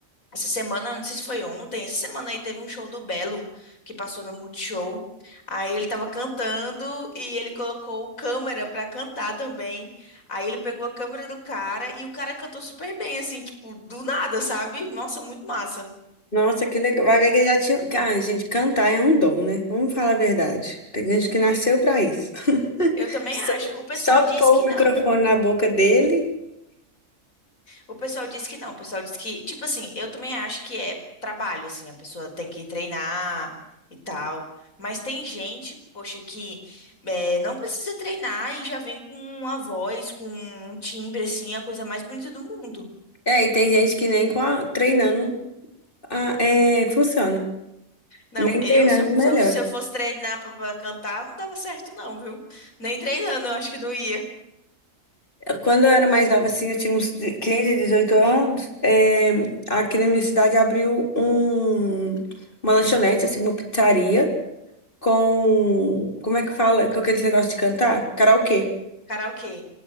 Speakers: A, on the left; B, on the left.
A: Essa semana, não sei se foi ontem, essa semana aí teve um show do Belo que passou no Multishow. Aí ele tava cantando e ele colocou câmera pra cantar também. Aí ele pegou a câmera do cara e o cara cantou super bem, assim, tipo, do nada, sabe? Nossa, muito massa.
B: Nossa, que legal. Vai ver que já tinha. Cara, gente, cantar é um dom, né? Vamos falar a verdade. Tem gente que nasceu pra isso. <laughs>
A: Eu também
B: Só,
A: acho. O pessoal
B: só
A: diz
B: pôr
A: que
B: o
A: não.
B: microfone na boca dele.
A: O pessoal diz que não, o pessoal diz que, tipo assim, eu também acho que é trabalho, assim, a pessoa tem que treinar e tal. Mas tem gente, poxa, que eh, não precisa treinar e já vem com uma voz, com um timbre, assim, a coisa mais bonita do mundo.
B: É, e tem gente que nem com a- treinando a- é, funciona.
A: Não,
B: Nem
A: eu,
B: treinando
A: se eu,
B: melhora.
A: se eu, se eu fosse treinar pra, pra cantar, não dava certo, não, viu? Nem treinando, eu acho que não ia.
B: Quando eu era mais nova, assim, eu tinha uns 15, 18 anos, eh, aqui na minha cidade abriu um, uma lanchonete, assim, uma pizzaria com, como é que fala? Com aquele negócio de cantar? Karaokê.
A: Karaokê.